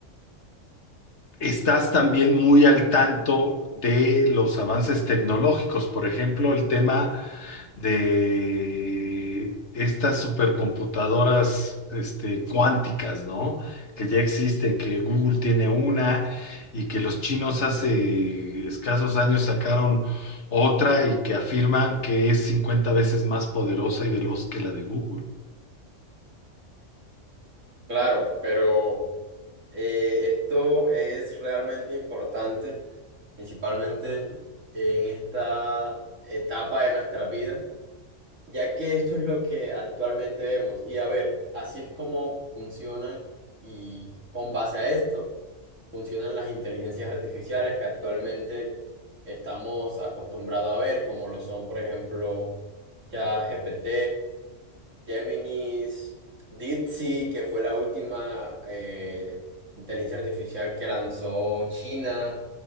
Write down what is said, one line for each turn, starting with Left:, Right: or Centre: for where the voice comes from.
Left: Estás también muy al tanto de los avances tecnológicos, por ejemplo, el tema de estas supercomputadoras, este, cuánticas, ¿no? Que ya existen, que Google tiene una y que los chinos hace escasos años sacaron otra y que afirman que es 50 veces más poderosa y veloz que la de Google.
Right: Claro, pero... Eh, esto es realmente importante, principalmente en esta etapa de nuestras vidas, ya que esto es lo que actualmente vemos. Y a ver, así es como funcionan y con base a esto funcionan las inteligencias artificiales que actualmente estamos acostumbrados a ver, como lo son, por ejemplo, ChatGPT, Géminis, DeepSeek, que fue la última eh, inteligencia artificial que lanzó China.